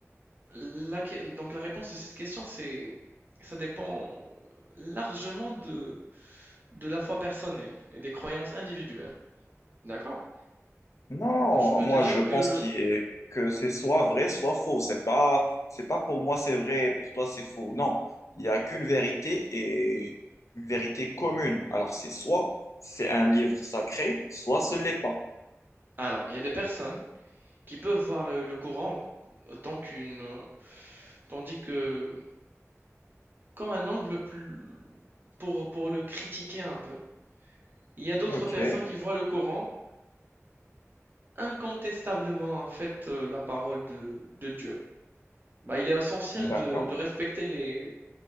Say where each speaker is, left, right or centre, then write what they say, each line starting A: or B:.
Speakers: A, on the right; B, on the left.
A: la, que- donc la réponse de cette question, c'est, ça dépend largement de De la foi personnelle et des croyances individuelles, d'accord?
B: Non, non,
A: Ben, je peux
B: moi
A: te dire
B: je pense
A: que le
B: qu'il est- que c'est soit vrai, soit faux. C'est pas, c'est pas pour moi c'est vrai et pour toi c'est faux. Non, il n'y a qu'une vérité et une vérité commune. Alors c'est soit c'est un livre sacré, soit ce l'est pas.
A: alors, il y a des personnes qui peuvent voir le le courant autant qu'une, heu, tandis que comme un angle plus pour pour le critiquer un peu. Il y a d'autres
B: Ok,
A: personnes qui voient le Coran incontestablement, en fait, heu, la parole de de Dieu. Bah, il est essentiel
B: d'accord.
A: de de respecter les